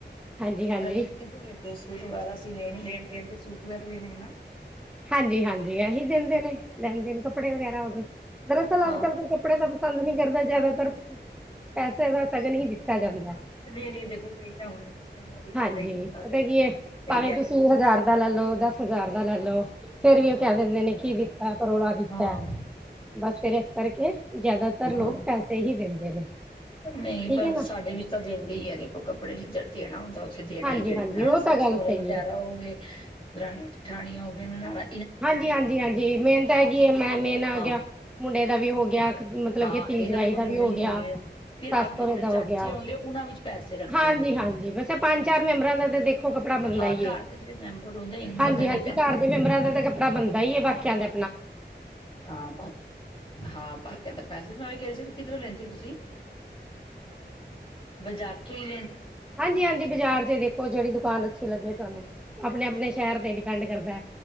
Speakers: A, in the centre; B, on the left.
A: ਹਾਂਜੀ, ਹਾਂਜੀ।
B: ਪਰ ਤੁਸੀਂ ਕਿੱਧੋਂ ਲੈਂਦੇ ਹੋ ਸੂ--? ਸੂਟ! <unintelligible> ਅਸੀ ਲੈਣ ਦੇਣ-ਦੇਣ ਤੇ ਸੂਟ ਵਗੈਰਾ ਲੈਣੇ ਹੈ ਨਾ।
A: ਹਾਂਜੀ! ਹਾਂਜੀ! ਐਹੀ ਦਿੰਦੇ ਨੇ। ਲੈਣ ਦੇਣ! ਕੱਪੜੇ ਵਗੈਰਾ ਹੋ ਗਏ । ਦਰਅਸਲ!
B: ਹਾਂ
A: ਅੱਜ ਕਲ ਕੋਈ ਕੱਪੜੇ ਦਾ ਪਸੰਦ ਨਹੀਂ ਕਰਦਾ। ਜਿਆਦਾਤਰ ਪੈਸੇ ਦਾ ਸਗਨ ਹੀ ਦਿੱਤਾ ਜਾਂਦਾ ਹੈ।
B: ਨਹੀਂ! ਨਹੀਂ! ਦੇਖੋ ਕਈ ਤਾਂ ਹੁਣੇ ਕੱਪੜਿਆਂ ਦਾ ਵੀ ਕਰਦਾ
A: ਹਾਂਜੀ!
B: ਹੀ ਹੈ ਸਾਡੇ
A: ਪਤਾ
B: ਵਿੱਚ
A: ਕੀ
B: ਦੇਖੋ
A: ਹੈ!
B: ਦਿੰਦੇ
A: ਭਾਵੇਂ
B: ਹੀ ਹੈ
A: ਤੁਸੀਂ ਹਜ਼ਾਰ ਦਾ ਲੈ ਲੋ ਦਸ ਹਜ਼ਾਰ ਦਾ ਲੈ ਲੋ। ਫੇਰ ਵੀ ਉਹ ਕਹਿ ਦਿੰਦੇ ਨੇ, ਕੀ ਦਿੱਤਾ ਹੈ? ਪਰੋਲਾ ਦਿੱਤਾ
B: ਹਾਂ
A: ਹੈ। ਬਸ ਫੇਰ ਇਸ ਕਰਕੇ ਜ਼ਿਆਦਾਤਰ
B: ਹਾਂ
A: ਲੋਕ ਪੈਸੇ ਹੀ ਦਿੰਦੇ ਨੇ।
B: ਨਹੀਂ!
A: ਠੀਕ
B: ਪਰ
A: ਹੈ ਨਾ
B: ਸਾਡੇ ਵੀ ਤਾਂ ਦਿੰਦੇ ਹੀ, ਐ ਦੇਖੋ ਕੱਪੜੇ, ਜਿੱਧਰ ਦੇਣਾ ਹੁੰਦਾ ਓਥੇ ਦੇਣਾ
A: ਹਾਂਜੀ-ਹਾਂਜੀ
B: ਹੀ। ਜਿਹੜੇ ਨਾ!
A: ਉਹ
B: ਸੱਸ-
A: ਤਾਂ ਗੱਲ
B: ਸਹੁਰਰੇ
A: ਸਹੀ
B: ਵਗੈਰਾ
A: ਹੈ
B: ਹੋ ਗਏ । ਦਰਾਣੀ -ਜੇਠਾਣੀ ਹੋ ਗਏਨ। ਨਨਾਦਾ
A: ਹਾਂਜੀ! ਹਾਂਜੀ! ਹਾਂਜੀ! ਮੇਨ ਤਾਂ ਹੈਗੀ ਹੈ। ਮੈਂ-ਮੇਨ ਆ
B: ਹਾਂ
A: ਗਯਾ। ਮੁੰਡੇ ਦਾ ਵੀ ਹੋ ਗਿਆ। ਮਤਲਬ
B: ਹਾਂ
A: ਕਿ! ਧੀ
B: ਇਹ
A: ਜਵਾਈ
B: ਤਾਂ ਦੇਖੋ
A: ਦਾ
B: ਦੇਣੇ
A: ਵੀ ਹੋ
B: ਹੀ ਹੁੰਦੇ
A: ਗਿਆ।
B: ਆ ਫਿਰ
A: ਸਸ-ਸੌਰੇ
B: ਅੱਗੇ ਜਿਹੜੇ
A: ਦਾ
B: ਚਾਚੇ
A: ਹੋ ਗਿਆ।
B: ਆਉਂਦੇ ਉਹਨਾਂ ਵਿੱਚ ਪੈਸੇ ਰੱਖ ਦਿੰਦੇ
A: ਹਾਂਜੀ!
B: ਆ
A: ਹਾਂਜੀ! ਵੈਸੇ, ਪੰਜ ਚਾਰ ਮੈਂਬਰਾਂ ਦਾ ਦੇ ਦੇਖੋ ਕੱਪੜਾ ਬਣਦਾ
B: ਹਾਂ
A: ਹੀ
B: ਘਰ
A: ਹੈ।
B: ਦੇ ਜਿਹੜੇ ਮੈਂਬਰ ਹੁੰਦੇ ਇਹਨਾਂ ਨੂੰ
A: ਹਾਂਜੀ
B: ਦੇਣੇ
A: ਹਾਂਜੀ
B: ਹੀ ਪੈਂਦੇ
A: ਘਰ
B: ਆ
A: ਦੇ ਮੈਂਬਰਾਂ ਦਾ ਤਾਂ ਕੱਪੜਾ ਬਣਦਾ ਹੈ । ਨਹੀਂ ਏ ਵਕਿਆ ਦੇ।
B: ਹਾਂ ਬ ਹਾਂ ਪਾ ਕੇ ਤਾਂ ਪੈਸੇ ਨਾਲੇ ਕੇਹਰਿ ਸੀ ਕਿਧਰੋਲੈਂਦੇ ਹੋ ਤੁਸੀਂ। ਬਜ਼ਾਰ ।
A: ਹਾਂਜੀ! ਹਾਂਜੀ! ਬਾਜ਼ਾਰ ਚ ਹੀ ਦੇਖੋ! ਜਿਹੜੀ ਦੁਕਾਨ ਅੱਛੀ ਲੱਗੇ ਤੁਹਾਨੂੰ। ਆਪਣੇ ਆਪਣੇ ਸ਼ਹਿਰ ਤੇ ਡਿਪੈਂਡ ਕਰਦਾ ਹੈ,